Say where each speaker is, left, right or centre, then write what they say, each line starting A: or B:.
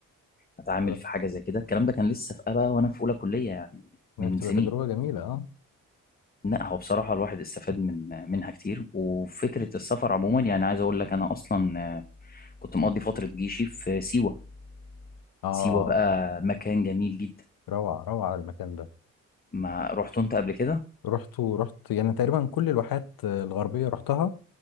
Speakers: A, on the left; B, on the left.
A: اتعامل
B: تمام.
A: في حاجه زي كده الكلام ده كان لسه في ابا وانا في اولى كليه يعني
B: ما
A: من
B: هي بتبقى
A: سنين
B: تجربة جميلة أه
A: لا هو بصراحه الواحد استفاد من منها كتير وفكره السفر عموما يعني عايز اقول لك انا اصلا آه، كنت مقضي فتره جيشي في سيوه
B: أه
A: سيوة بقى مكان جميل جدا
B: روعة روعة المكان ده
A: ما رحت انت قبل كده
B: رحت ورحت يعني تقريبا كل الواحات آه، الغربية رحتها